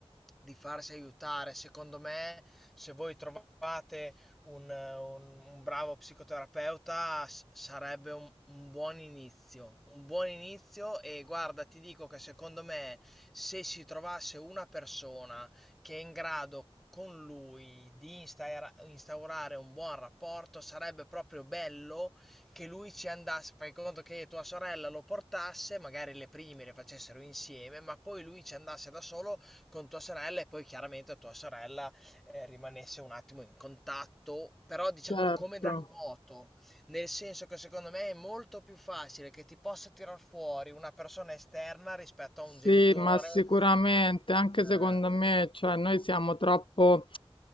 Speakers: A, in the centre; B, on the left.
A: di farsi aiutare. Secondo me, se voi trovate un, un- un bravo psicoterapeuta, s- sarebbe un, un buon inizio. Un buon inizio e guarda, ti dico che secondo me, se si trovasse una persona che è in grado con lui di instaura- instaurare un buon rapporto, sarebbe proprio bello che lui ci andasse, fai conto che tua sorella lo portasse, magari le prime le facessero insieme, ma poi lui ci andasse da solo con tua sorella e poi chiaramente tua sorella eh, rimanesse un attimo in contatto, però diciamo
B: Certo.
A: come da remoto, nel senso che secondo me è molto più facile che ti possa tirar fuori una persona esterna rispetto a
B: Sì,
A: un genitore
B: ma sicuramente, anche
A: eh,
B: secondo me, cioè noi siamo troppo,